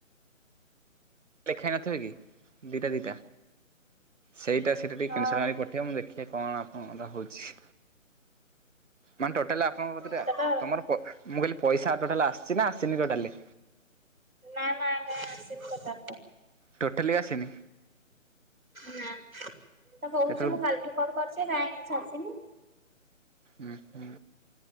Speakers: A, on the right (about 60°); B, on the right (about 85°).
A: ଲେଖା ହେ ନଥିବ କି ଦିଟା ଦିଟା ସେଇଟା ସେଟା ଟିକେ
B: ହଁ
A: କିନସଟ ପଠେଇବ ମୁଁ ଦେଖିବା କଣ ଆପଣଙ୍କର ହଉଚି। ମାନେ ଟୋଟାଲି ଆପଣଙ୍କ କେତେ
B: ସେଟା
A: ଟା
B: ତ
A: ତମର ମୁଁ କଇଲି ପଇସା ଟୋଟାଲ ଆସିଛି ନା ଆସିନି ଟୋଟାଲି।
B: ନା-ନା-ନା ଆସିନି ଟୋଟାଲ ଟା।
A: ଟୋଟାଲି ଆସିନି
B: ନାଁ ତ କହୁଛି
A: ଯେତେବେଳେ
B: ମୁଁ କାଲିଠୁ କଣ କରୁଛେ କାହିଁ କିଛି ଆସିନି।
A: ହୁଁ ହୁଁ